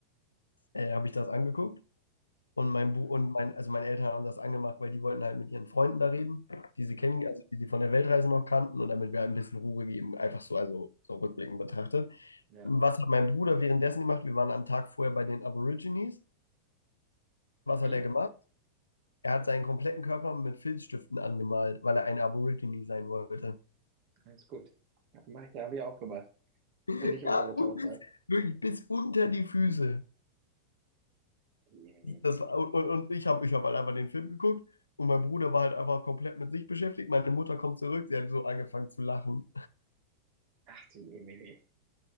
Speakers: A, on the left; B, on the right.
A: äh, hab ich das angeguckt. Und mein
B: Mhm.
A: Bu und mein, also meine Eltern haben das angemacht, weil die wollten halt mit ihren Freunden da reden, die sie
B: Mhm.
A: kennen, also die sie von der Weltreise noch kannten und damit wir halt ein bisschen Ruhe geben, einfach so, also so rückblickend betrachtet.
B: Ja.
A: Was hat mein Bruder währenddessen gemacht? Wir waren am Tag vorher bei den Aborigines. Was
B: Mhm.
A: hat er gemacht? Er hat seinen kompletten Körper mit Filzstiften angemalt, weil er ein Aborigine sein wollte.
B: Alles gut. Ja, Mach ich, habe ich auch gemacht.
A: <laughs>
B: Bin ich untergetaucht
A: Ja, und bis,
B: da.
A: wirklich bis unter die Füße.
B: Jemini.
A: Das war, und, und ich habe ich hab halt einfach den Film geguckt und mein Bruder war halt einfach komplett mit sich beschäftigt. Meine Mutter kommt zurück, sie hat so angefangen zu lachen.
B: Ach du Jemini.